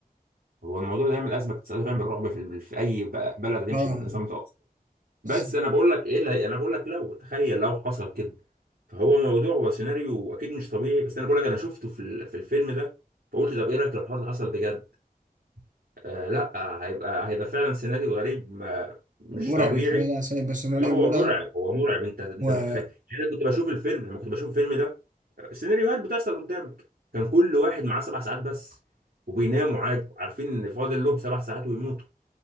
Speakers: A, on the right; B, on the right.
A: هو الموضوع ده يعمل ازمه اقتصاديه ويعمل رعب في, ال- في اي ب- بلد هتمشي
B: اه
A: بالنظام ده اصلا بس
B: بس
A: انا بقول لك ايه اللي هي- انا بقول لك لو تخيل لو حصل كده فهو موضوع هو سيناريو اكيد مش طبيعي بس انا بقول لك انا شفته في ال- في الفيلم ده فقلت طب ايه رايك لو الحوار ده حصل بجد آه لا آه، هيبقى هيبقى فعلا سيناريو غريب ما مش
B: مرعب
A: طبيعي
B: يا أخي لا لا سوري بس مرعب
A: اه هو
B: ومرعب
A: مرعب هو مرعب انت انت
B: وثانية
A: متخيل يعني انا كنت بشوف الفيلم لما كنت بشوف الفيلم ده السيناريوهات بتحصل قدامك كان كل واحد معاه سبع ساعات بس وبيناموا عادي عارفين ان فاضل لهم سبع ساعات ويموتوا